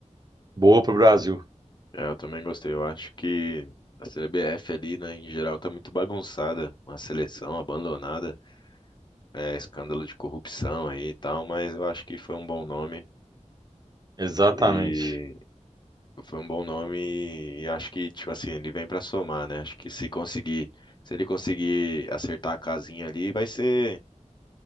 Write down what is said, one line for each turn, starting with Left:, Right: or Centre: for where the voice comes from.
Right: boa para o Brasil.
Left: É, eu também gostei. Eu acho que a CBF ali, né, em geral, tá muito bagunçada. Uma seleção abandonada, é, escândalo de corrupção aí e tal, mas eu acho que foi um bom nome.
Right: Exatamente.
Left: E foi um bom nome e acho que, tipo assim, ele vem pra somar, né? Acho que se conseguir, se ele conseguir acertar a casinha ali, vai ser,